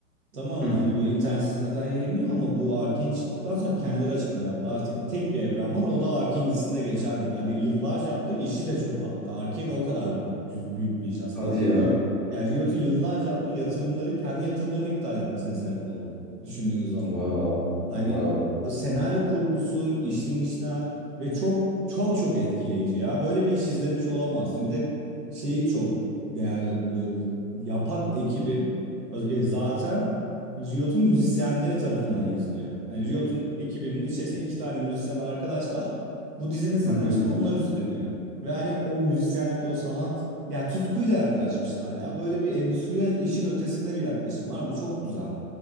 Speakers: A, on the right; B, in the centre.
A: Tamam
B: Hı hı.
A: mı? hani böyle internet sitesinde falan yayınlıyor ama bu Arkane çıktıktan sonra kendileri açıklama yaptı. Artık tek bir evren var o da Arkane dizisinde geçen dedi. Hani yıllarca yaptığı işi de çöpe attı. Arkane o kadar gü- büyük bir iş aslında.
B: Hadi ya.
A: Y- Yani Riot'un yıllarca yaptığı yatırımları kendi yatırımlarını iptal etmesine sebep oldu. Düşündüğünüz zaman.
B: Wow.
A: Hani
B: Wow.
A: o senaryo kurgusu, işlenişler ve çok çok çok etkileyici ya. Böyle bir iş izlemiş olamazsın. Bir de şeyi çok değerli buluyorum. Yapan ekibin e, zaten Riot'un müzisyenleri tarafından yazılıyor. Yani Riot'un ekibinin içerisinde iki tane müzisyen arkadaş var. Bu dizinin senaryosunu
B: Hı hı.
A: onlar üstleniyor. Ve hani o müzisyenlikte o sanat ya tutkuyla yaklaşmışlar ya. Böyle bir endüstriyel işin ötesinde bir yaklaşım var. Bu çok güzel.